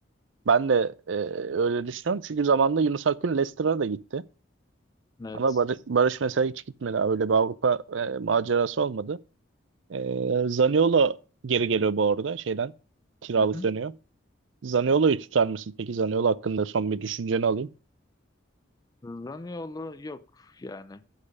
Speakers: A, on the right (about 70°); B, on the left (about 20°).
A: Ben de e, öyle düşünüyorum. Çünkü zamanında Yunus Akgün Leicester'a da gitti.
B: Evet.
A: Ama Barış, Barış mesela hiç gitmedi. Öyle bir Avrupa e, macerası olmadı. E, Zaniolo geri geliyor bu arada şeyden. Kiralık
B: Hı hı.
A: dönüyor. Zaniolo'yu tutar mısın? Peki Zaniolo hakkında son bir düşünceni alayım.
B: Zaniolo yok yani.